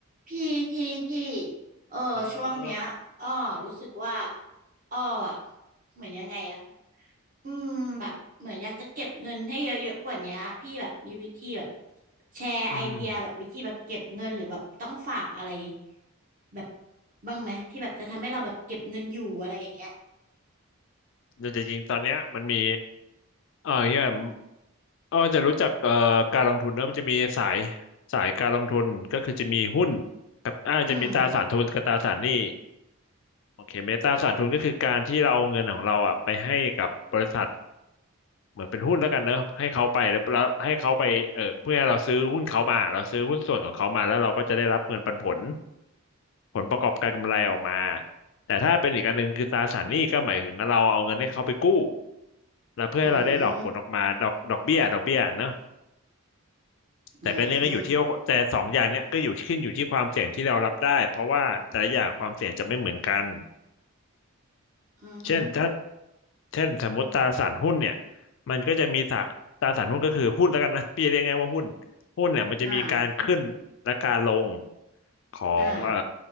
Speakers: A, on the right (about 40°); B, on the left (about 55°).
A: พี่พี่พี่เออช่วงเนี้ยอ้อรู้สึกว่า
B: เออ
A: อ้ออะเหมือนยังไงอะอืมแบบเหมือนอยากจะเก็บเงินให้เยอะๆกว่าเนี้ยพี่แบบมีวิธีแบบแชร์ไอเดียแบบวิธีแบบเก็บเงินหรือแบบต้องฝากอะไร
B: อืม
A: แบบบ้างไหมที่แบบจะทำให้เราแบบเก็บเงินอยู่อะไรอย่างเงี้ย
B: แต่จริงๆตอนเนี้ยมันมีเออเนี่ยอ้อจะรู้จักเอ่อการลงทุนเนอะมันจะมีสายสายการลงทุนก็คือจะมีหุ้นกับอ่าจะมีตราสารทุนกับตราสารหนี้
A: อืม
B: โอเคไหมตราสารทุนก็คือการที่เราเอาเงินของเราอ่ะไปให้กับบริษัทเหมือนเป็นหุ้นแล้วกันเนอะให้เขาไปแล้วแล้วให้เขาไปเออเพื่อให้เราซื้อหุ้นเขามาเราซื้อหุ้นส่วนของเขามาแล้วเราก็จะได้รับเงินปันผล ผลประกอบการกำไรออกมาแต่ถ้าเป็นอีกอันหนึ่งคือตราสารหนี้ก็หมายถึงเราเอาเงินให้เขาไปกู้แล้วเพื่อให้เราได้ดอกผลออกมาดอกดอกเบี้ยดอกเบี้ยเนอะ
A: อืมอืมอืม
B: แต่ก็เนี้ยก็อยู่ที่ว่าแต่สองอย่างเนี้ยก็อยู่ขึ้นอยู่ที่ความเสี่ยงที่เรารับได้เพราะว่าแต่ละอย่างความเสี่ยงจะไม่เหมือนกัน
A: อืมฮึ
B: เช่นถ้าเช่นสมมติตราสารหุ้นเนี่ยมันก็จะมีสะตราสารหุ้นก็คือหุ้นแล้วกันนะพี่จะเรียกง่ายว่าหุ้นหุ้นเนี่ยมันจะมีการขึ้นและการลง
A: อ่า
B: ของเอ่อ
A: อ่า